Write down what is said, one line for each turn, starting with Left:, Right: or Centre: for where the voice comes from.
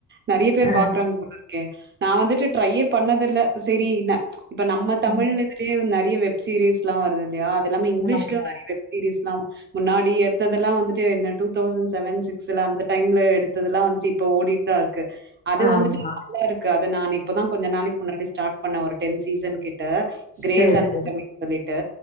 Right: நெறய பேர்
Left: ஆ
Right: பாக்குறாங்க போலருக்கே நா வந்துட்டு ட்ரையே பண்ணது இல்ல சேரி என்ன இப்ப நம்ம தமிழ்
Left: ம்,
Right: இதுலே நெறய வெப் சீரீஸ் லாம் வருதுல்யா அது எல்லாமே லிஸ்ட்ல
Left: ஆமா
Right: நெறய வெப்‌சீரிஸ்லாம் முன்னாடி எடுத்ததெல்லா வந்துட்டு என்ன டூ தௌசண்ட் செவன் சிக்ஸ்ல அந்த டைம்ல எடுத்ததெல்லா வந்துட்டு இப்ப ஓடிட்டு தா இருக்கு இங்கு அது
Left: ஆமா
Right: வந்துட்டு நல்லா இருக்கு அத நா இப்பதா கொஞ்ச நாளைக்கு முன்னாடி ஸ்டாட் பண்ணே ஒரு டென் சீசன் கிட்ட கிரேசான்
Left: சேரி சேரி
Right: கம்மி பண்ணிட்டு